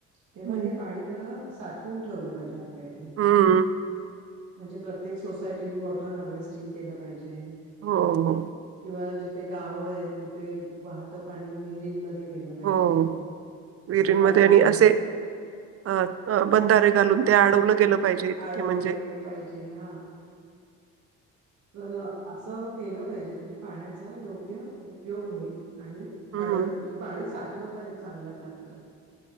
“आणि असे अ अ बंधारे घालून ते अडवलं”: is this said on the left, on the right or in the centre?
Right